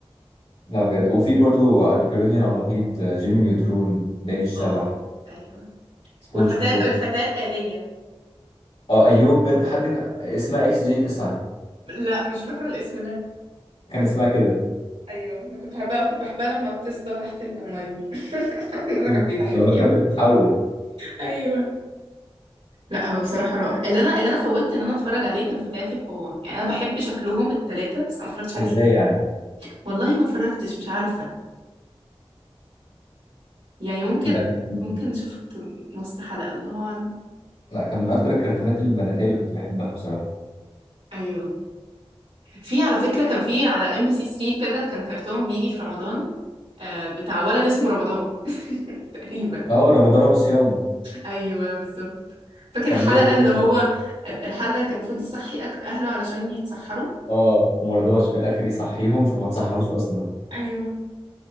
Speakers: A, on the left; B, on the right.
A: لا بجد وفي برضو نيكلوديان على النقيض جيمي نيوترون داني الشبح
B: اه ايوه
A: سبونج
B: والفتاة
A: بوب
B: الفتاة الآلية
A: اه ايوب بجد حد كان- اسمها اكس جي 9
B: لا مش فاكرة الاسم ده
A: كان اسمها كده
B: ايوه انا كنت بحبها كنت بحبها لما بتصدى تحت المية <laughs> ده
A: مم.
B: كان بيضحكني
A: ولما كانت
B: قوي
A: بتتحول
B: ايوه لا هو بصراحة رائع اللي انا اللي انا فوتت ان انا اتفرج عليه كان فتيات القوة يعني انا بحب شكلهم التلاتة بس انا ما اتفرجتش عليه
A: ازاي يعني
B: والله ما اتفرجتش مش عارفة يعني ممكن
A: ده كان من-
B: ممكن شفت نص حلقة الله اعلم
A: لا كان من اكتر الكرتونات البناتية اللي كنت بحبها بصراحة
B: ايوه في على فكرة كان في على ام بي سي 3 كده كان كرتون بيجي في رمضان آه بتاع ولد اسمه رمضان <laughs> تقريبا
A: اه رمضان ابو صيام
B: ايوه بالظبط فاكر
A: كان
B: الحلقة
A: بيقعد يفطر
B: اللي هو ال- الحلقة اللي كان المفروض يصحي أك- أهله علشان يتسحروا
A: اه ومرضاش في الاخر يصحيهم فما تصحروش اصلا
B: ايوه